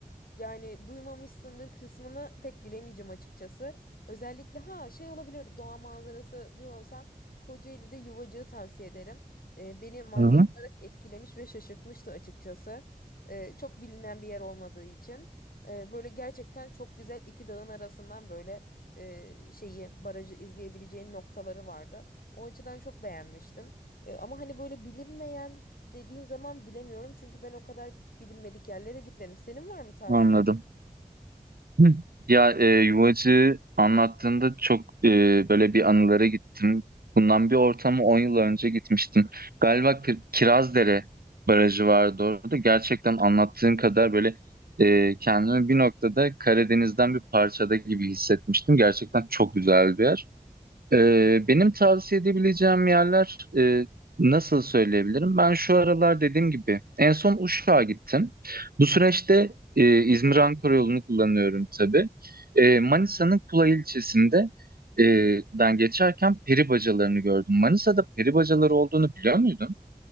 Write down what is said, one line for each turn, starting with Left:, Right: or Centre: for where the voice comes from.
Left: Yani duymamışsındır kısmını pek bilemeyeceğim açıkçası. Özellikle ha şey olabilir doğa manzarası diyorsan Kocaeli'de Yuvacık'ı tavsiye ederim. Ee, beni manzara
Right: Hı hı,
Left: olarak etkilemiş ve şaşırtmıştı açıkçası. Ee, çok bilinen bir yer olmadığı için. Ee, böyle gerçekten çok güzel iki dağın arasından böyle e, şeyi barajı izleyebileceğin noktaları vardı. O açıdan çok beğenmiştim. E, ama hani böyle bilinmeyen dediğin zaman bilemiyorum. Çünkü ben o kadar bilinmedik yerlere gitmedim. Senin var mı tavsiyen?
Right: anladım. Hı. Ya e, yuvacı anlattığında çok e, böyle bir anılara gittim. Bundan bir ortama 10 yıl önce gitmiştim. Galiba Kir- Kirazdere Barajı vardı orada. Gerçekten anlattığın kadar böyle e, kendimi bir noktada Karadeniz'den bir parçada gibi hissetmiştim. Gerçekten çok güzel bir yer. Ee, benim tavsiye edebileceğim yerler e, nasıl söyleyebilirim? Ben şu aralar dediğim gibi en son Uşak'a gittim. Bu süreçte e, İzmir-Ankara yolunu kullanıyorum tabii. E, Manisa'nın Kula ilçesinde e, den geçerken peri bacalarını gördüm. Manisa'da peri bacaları olduğunu biliyor muydun?